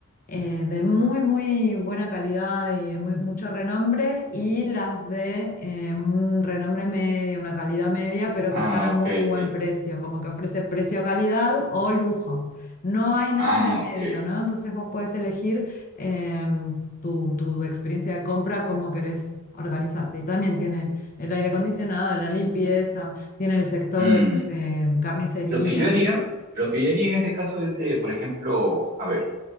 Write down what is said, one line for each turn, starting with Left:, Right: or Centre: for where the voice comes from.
Left: eh, de muy, muy buena calidad y de muy- mucho renombre, y las de eh, un renombre medio, una calidad media, pero
Right: Ah,
Left: que están a muy
Right: ok,
Left: buen
Right: ok.
Left: precio, como que ofrece precio-calidad o lujo. No hay nada
Right: Ah,
Left: en el
Right: ok.
Left: medio, ¿no? Entonces vos podés elegir em, tu, tu experiencia de compra, cómo querés organizarte. Y también tiene el aire acondicionado, la limpieza, tiene el sector
Right: Mm.
Left: de de carnicería.
Right: Lo que yo haría, lo que yo haría en ese caso es de, por ejemplo, a ver,